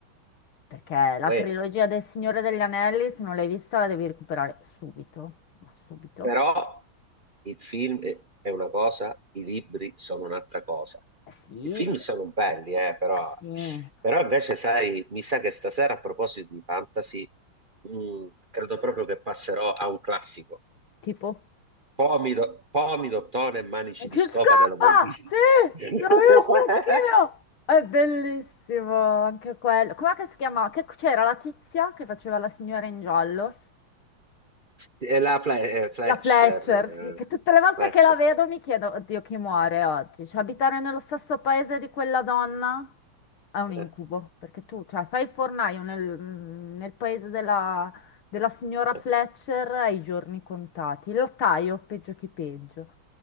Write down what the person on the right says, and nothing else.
Uè,
Però il film è è una cosa, i libri sono un'altra cosa.
I film
sono belli, eh, però,
però invece, sai, mi sa che stasera a proposito di fantasy, mh, credo proprio che passerò a un classico.
Pomido, Pomido, Tone e Manici
di Scopa
della Walt Disney.
<laughs>
E la Fle- eh, Fletcher,
eh,
Fletcher.
Eh,
eh.